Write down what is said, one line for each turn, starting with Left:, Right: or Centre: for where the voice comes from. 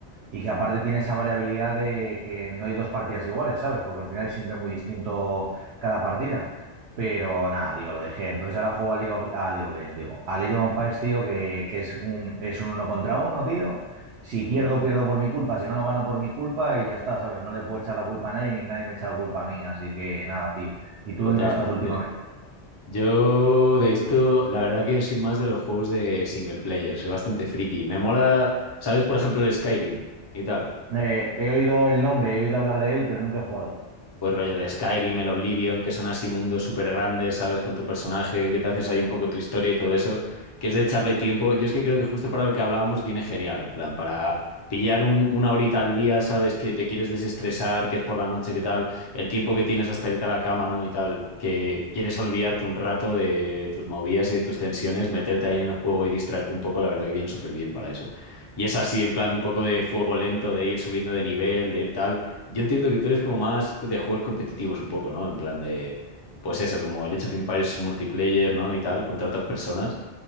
Right: y que aparte tiene esa variabilidad de que no hay dos partidas iguales, ¿sabes? Porque al final es siempre muy distinto cada partida. Pero nada, digo, lo dejé. Entonces ahora juego a League of, a League of Legends, digo. A League of Empires, tío, que, que es un, es un uno contra uno, tío. Si pierdo,
Left: mm,
Right: pierdo por mi culpa. Si gano, gano por mi culpa y ya está, ¿sabes? No le puedo echar la culpa a nadie ni nadie me echa la culpa a mí. Así que nada, tío. ¿Y tú
Left: Totalmente.
Right: en qué estás últimamente?
Left: Yo de esto, la verdad que soy más de los juegos de single player, soy bastante friki. Me mola, ¿sabes? Por ejemplo, el Skyrim y tal.
Right: Eh, he oído el nombre, he oído hablar de él, pero nunca he jugado.
Left: pues rollo el Skyrim, el Oblivion, que son así mundos súper grandes, ¿sabes? Con tu personaje, que te haces ahí un poco tu historia y todo eso, que es de echarle tiempo. Yo es que creo que justo para lo que hablábamos viene genial, en plan, para pillar un- una horita al día, ¿sabes? Que te quieres desestresar, que es por la noche, que tal, el tiempo que tienes hasta irte a la cama, ¿no? Y tal, que quieres olvidarte un rato de tus movidas y de tus tensiones, meterte ahí en el juego y distraerte un poco, la verdad que viene súper bien para eso. Y es así, en plan, un poco de fuego lento, de ir subiendo de nivel, de ir tal yo entiendo que tú eres como más de juegos competitivos un poco, ¿no? En plan de, pues eso, como el Age of Empires multiplayer, ¿no? Y tal, contra otras personas.